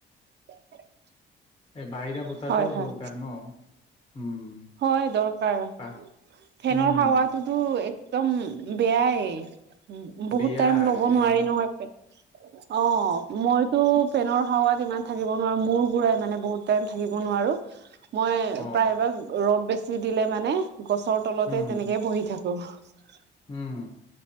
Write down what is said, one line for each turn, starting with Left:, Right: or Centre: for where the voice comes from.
Right: <unintelligible>
Left: এই বাহিৰা বতাহ
Right: হয়
Left: টোও
Right: হয়
Left: দৰকাৰ ন। উম
Right: হয় দৰকাৰ
Left: পাহ
Right: ফেনৰ
Left: উম
Right: হাৱটোতো একদম বেয়া এ। বহুত
Left: বেয়া
Right: টাইম ল'ব
Left: এইটো
Right: নোৱাৰি
Left: ইমান
Right: নহয়, অ', মই <unintelligible> পেনৰ হাৱাত ইমান থাকিব নোৱাৰো মূৰ ঘুৰাই মানে বহুত টাইম থাকিব নোৱাৰো। মই
Left: অ
Right: প্ৰায়ভাগ ৰ'দ বেছি দিলে মানে গছৰ তলতে
Left: উম
Right: তেনেকে বহি থাকো। <unintelligible>
Left: উম